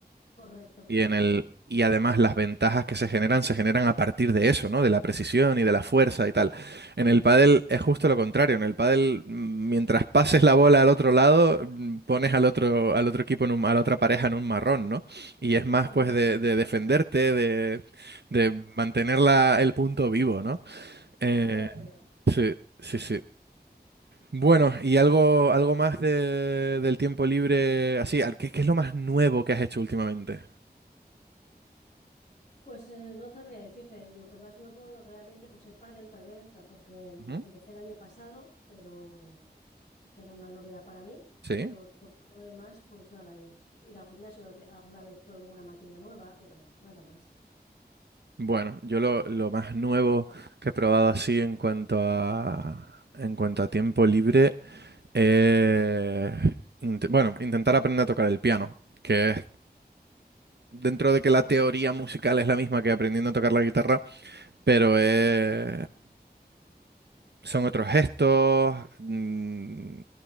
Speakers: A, on the left; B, on the right.
A: Correcto, correcto.
B: Y en el, y además las ventajas que se generan se generan a partir de eso, ¿no? De la precisión y de la fuerza y tal. En el pádel es justo lo contrario. En el pádel, mm, mientras pases la bola al otro lado, mm, pones al otro, al otro equipo en un- a la otra pareja en un marrón, ¿no? Y es más
A: Correcto,
B: pues de,
A: correcto.
B: de defenderte, de, de mantener la- el punto vivo, ¿no? Eh,
A: Estoy de acuerdo.
B: sí, sí, sí. Bueno, y algo, algo más de- del tiempo libre, así, al- ¿qué, qué es lo más nuevo que has hecho últimamente?
A: Pues eh, no sabría decirte lo que más nuevo realmente, pues el pádel tal vez, porque empecé
B: Ujú,
A: el año pasado, pero que era una novedad para mí,
B: Sí.
A: pero por todo lo demás, pues nada, eh, ir al gimnasio alguna vez por una máquina nueva, pero nada más.
B: Bueno, yo lo, lo más nuevo que he probado así en cuanto a en cuanto a tiempo libre, eh, int- bueno, intentar aprender a tocar el piano, que es dentro de que la teoría musical es la misma que aprendiendo a tocar la guitarra, pero es son otros gestos, mm,